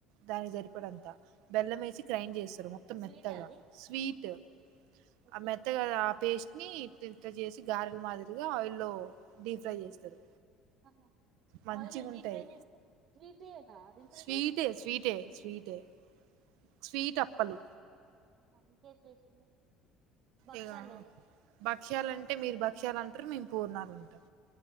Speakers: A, on the right (about 70°); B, on the right (about 40°).
A: దానికి సరిపడంత బెల్లం వేసి గ్రైండ్ చేస్తారు మొత్తం
B: స్వీటా
A: మెత్తగా
B: అది
A: స్వీట్
B: ఓకే
A: ఆ మెత్తగాదా ఆ పేస్ట్ ని తింత చేసి గారెల మాదిరిగా ఆయిల్లో డీప్ ఫ్రై చేస్తారు
B: అహా
A: మంచిగా
B: ఆయిల్ డీప్
A: ఉంటాయి
B: ఫ్రై చేస్తే స్వీటేనా అది ఇంతకీ
A: స్వీటే స్వీటే స్వీటే స్వీట్ అప్పలు
B: ఆ ఇంకేం చేసింది భక్షాలు
A: ఇగ
B: చేయలే
A: భక్ష్యలంటే మీరు భక్ష్యలు అంటారు మేము పూర్ణాలు అంటం